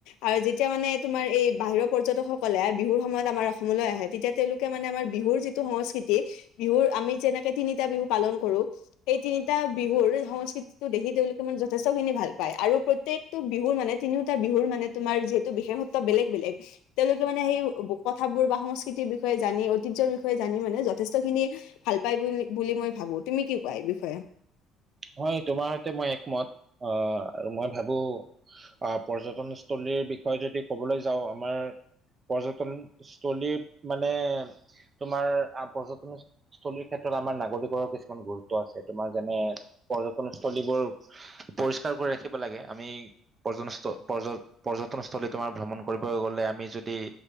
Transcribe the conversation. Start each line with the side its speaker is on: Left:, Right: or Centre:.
Left: আৰু যেতিয়া মানে তোমাৰ এই বাহিৰৰ পৰ্যটক ক'লে বিহুৰ সময়ত আমাৰ অসমলৈ আহে তেতিয়া তেওঁলোকে মানে আমাৰ বিহুৰ যিটো সংস্কৃতি বিহুৰ আমি যেনে। তিনিটা বিহু পালন কৰো সেই তিনিটা বিহুৰ সংস্কৃতিটো দেখি তেওঁলোকে মানে যথেষ্ট খিনি ভাল পায়। আৰু প্ৰত্যেকটো বিহু মানে তিনিটা বিহু তোমাৰ যিটো বিশেষত্ব বেলেগ বেলেগ পায়। তেওঁলোকে মানে সেই কথাবোৰ বা সংস্কৃতিৰ বিষয়ে জানি ঐতিহ্যৰ বিষয়ে জানি মানে যথেষ্টখিনি ভাল। ভাল পাই বুলি মই ভাবো তুমি কি কোৱা এই বিষয়ে?
Right: হয় তোমাৰ সৈতে মই একমত অ আৰু মই ভাবো। আহ পৰ্যটনস্থলীৰ বিষয়ে যদি কবলৈ যাওঁ আমাৰ। পৰ্যটনস্থলীৰ মানে। তোমাৰ পৰ্যটনস্থথলীৰ ক্ষেত্ৰত আমাৰ নাগৰিকৰো কিছুমান গুৰুত্ব আছে। তোমাৰ যেনে। পৰ্যটনস্থলীবোৰ পৰিষ্কাৰ কৰি ৰাখিব লাগে আমি পৰ্যটন পৰ। পৰ্যটনস্থলী তোমাৰ ভ্ৰমণ কৰিব গলে আমি যদি